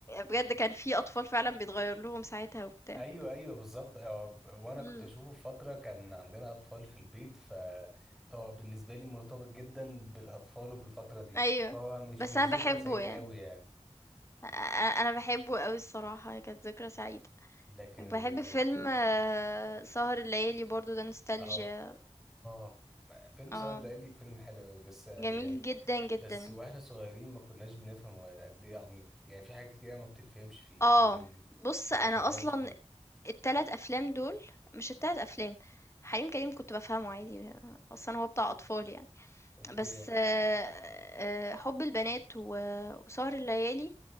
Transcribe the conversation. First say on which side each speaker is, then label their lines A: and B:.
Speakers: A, on the left; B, in the centre.
A: بجد كان في أطفال فعلًا بيتغيّر لهم ساعتها وبتاع.
B: ايوه ايوه بالظبط هو- وانا
A: إمم،
B: كنت اشوفه في فتره كان عندنا اطفال في البيت فهو بالنسبه لي مرتبط جدا بالاطفال وبالفتره دي
A: أيوه.
B: فهو مش
A: بس
B: مش
A: أنا
B: ذكرى
A: باحبه
B: سعيده
A: يعني،
B: قوي يعني
A: أ أ أنا باحبه أوي الصراحة، هي كانت ذكرى سعيدة.
B: لكن
A: وباحب فيلم آه، سهر الليالي برضه ده نوستالجيا
B: اه آه، فيلم سهر
A: آه،
B: الليالي فيلم حلو قوي بس يعني
A: جميل جدًا، جدًا.
B: بس واحنا صغيرين ما كناش بنفهم هو قد ايه عميق يعني في حاجات كتير ما بتتفهمش فيه
A: آه،
B: لازم
A: بُص
B: لما
A: أنا
B: تكبري
A: أصلًا
B: تشوفيه
A: ال3 أفلام دول مش ال3 أفلام، حريم كريم كنت بافهمه عادي، أصلًا هو بتاع أطفال يعني.
B: اوكي
A: بس آآ حُب البنات و وسهر الليالي